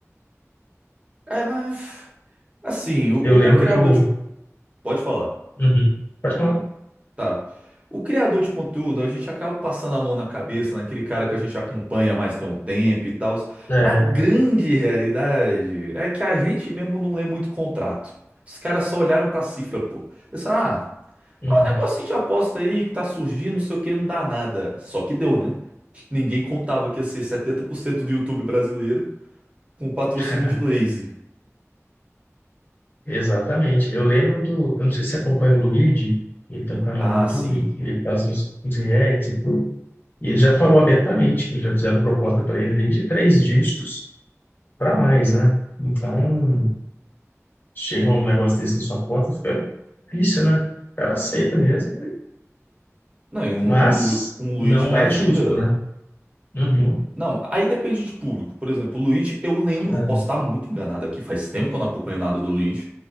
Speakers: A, on the right; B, on the left.
A: É, mas assim, o, o-
B: Eu lembro
A: o criador
B: de um.
A: de. co- Pode falar,
B: Uhum. Pode falar.
A: tá. O criador de conteúdo, a gente acaba passando a mão na cabeça, naquele cara que a gente acompanha mais tem um tempo e tal.
B: É,
A: Mas a grande realidade é que a gente mesmo não lê muito contrato. Os caras só olharam pra cifra, pô. Pensaram, ah.
B: uhum.
A: É um negocinho de aposta aí que tá surgindo, não sei o que, não dá nada. Só que deu, né? Ninguém contava que ia ser 70% do YouTube brasileiro com o patrocínio
B: <laughs>
A: de Blaze.
B: Exatamente. Eu lembro do. Eu não sei se você acompanha o Luigi, ele tem um canal
A: Ah,
B: no YouTube,
A: sim.
B: ele faz uns, uns reacts e tudo. E ele já falou abertamente que já fizeram proposta para ele desde três dígitos para mais, né? Então, Chega um negócio desse na sua porta, fica difícil, né? O cara aceita mesmo,
A: Não, e um,
B: mas
A: um, Lu- um Luigi
B: não
A: da
B: é
A: vida.
B: justo, né? Uhum.
A: Não, aí depende de público. Por exemplo, o Luigi, eu lembro,
B: É,
A: posso estar muito enganado aqui, faz tempo que eu não acompanho nada do Luigi,